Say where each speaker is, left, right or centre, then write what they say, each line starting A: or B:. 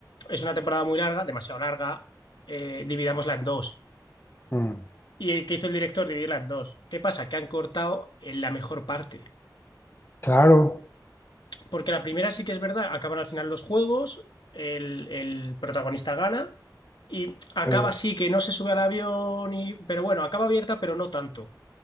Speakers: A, on the left; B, on the left.
A: es una temporada muy larga, demasiado larga, eh, dividámosla en dos.
B: mm,
A: Y el que hizo el director dividir las dos. ¿Qué pasa? Que han cortado en la mejor parte.
B: claro.
A: Porque la primera sí que es verdad, acaban al final los juegos, el, el protagonista gana y acaba
B: eh,
A: así que no se sube al avión, y, pero bueno, acaba abierta, pero no tanto.